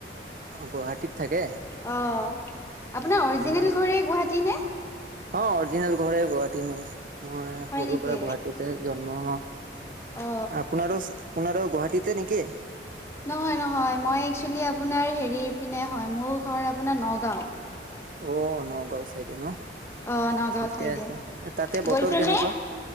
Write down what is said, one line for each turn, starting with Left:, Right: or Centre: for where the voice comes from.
Right: অ' গুৱাহাটীত থাকে?
Left: অ' আপোনাৰ অৰিজিনেল
Right: মই
Left: ঘৰে গুৱাহাটী নে?
Right: অ' অৰিজিনাল ঘৰে গুৱাহাটী মোৰ! মই
Left: হয়
Right: সৰুৰ
Left: নেকি
Right: পৰা গুৱাহাটীতে জন্ম আপোনাৰো?
Left: অ
Right: আপোনাৰো গুৱাহাটীতে নেকি?
Left: নহয়, নহয় মই এক্সুয়েলি আপোনাৰ হেৰি পিনে হয়, মোৰ ঘৰ আপোনাৰ নগাঁও।
Right: অ' নগাঁও চাইডে ন
Left: অ নগাঁও
Right: ঠিকে
Left: চাইডে
Right: আছে তাতে
Left: গৈছে
Right: বতৰ কেনেকোৱা?
Left: নে